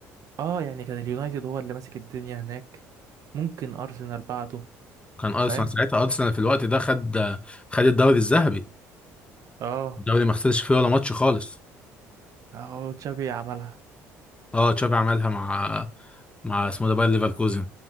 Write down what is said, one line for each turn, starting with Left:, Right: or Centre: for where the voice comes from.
Right: اه يعني كان اليونايتد هو اللي ماسك الدنيا هناك ممكن ارسنال بعده
Left: كان ارسنال
Right: فاهم
Left: ساعتها ارسنال في الوقت ده خد خد الدوري الذهبي
Right: اه
Left: الدوري ما خسرش فيه ولا ماتش خالص
Right: اه تشابي عملها
Left: اه تشافي عملها مع مع اسمه ده باير ليفركوزن